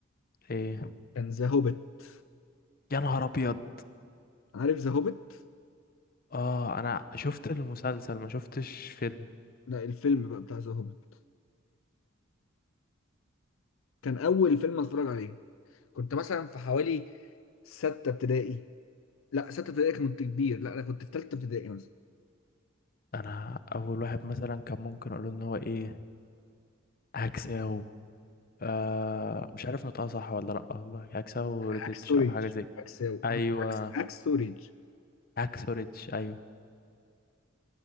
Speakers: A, on the left; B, on the left.
A: ايه
B: كان ذا هوبيت
A: يا نهار ابيض
B: عارف ذا هوبيت
A: اه انا شفت المسلسل ما شفتش فيلم
B: لا الفيلم بقى بتاع ذا هوبيت كان اول فيلم اتفرج عليه كنت مثلا في حوالي ستة ابتدائي لا ستة ابتدائي كنت كبير لا انا كنت في ثالثة ابتدائي مثلا
A: انا اول واحد مثلا كان ممكن اقول ان هو ايه هكساو آه مش عارف نطقها صح ولا لا والله هكساو ريديتش
B: عكس سوريج
A: او حاجه زي
B: عكس
A: ايوه
B: عكس عكس سوريج
A: هاكسو ريديتش ايوه